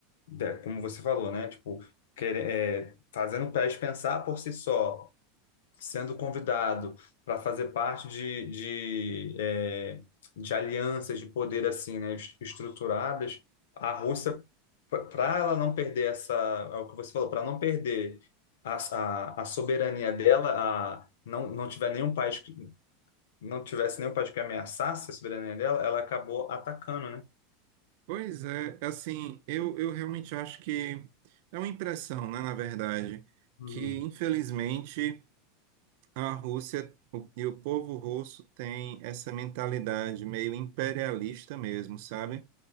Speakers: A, on the left; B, on the right.
A: de- como você falou, né, tipo, quer- é, fazendo o país pensar por si só, sendo convidado para fazer parte de, de, é, de alianças de poder assim, né, es- estruturadas, a Rússia, para ela não perder essa, é o que você falou, para não perder a, a, a soberania dela, a, não, não tiver nenhum país não tivesse nenhum país que ameaçasse a soberania dela, ela acabou atacando, né?
B: Pois é, assim, eu, eu realmente acho que é uma impressão, né, na verdade,
A: Uhum.
B: que infelizmente a Rússia o- e o povo russo tem essa mentalidade meio imperialista mesmo, sabe?